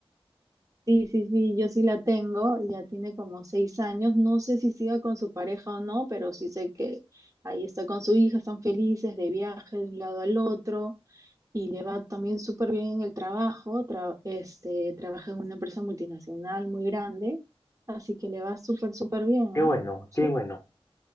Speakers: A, on the right (about 30°); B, on the left (about 30°).
A: Sí, sí, sí, yo sí la tengo, ya tiene como seis años. No sé si siga con su pareja o no, pero sí sé que ahí está con su hija, están felices de viaje de un lado al otro y le va también súper bien en el trabajo. tra- este, trabaja en una empresa multinacional muy grande, así que le va súper, súper bien,
B: Qué
A: ¿ah?
B: bueno,
A: Sí.
B: qué bueno.